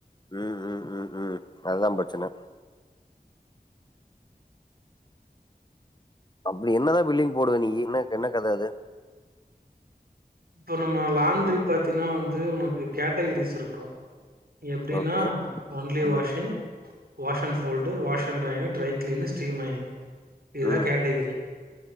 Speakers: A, on the left; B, on the right.
A: ம் ம் ம் ம் அதுதா பிரச்சன அப்டி என்னதா பில்டிங் போடுவ நீயி என்ன கத அது
B: இப்ப நம்ம லாண்டரி பாத்தீன்னா வந்து உனக்கு கேட்டகிரிஸ் இருக்கும் எப்டின்னா
A: ஓகே
B: ஒன்லி
A: ம்
B: washing wash and fold wash and ironing dry clean steam மைனிங் இதுதா
A: ம்
B: கேட்டகிரி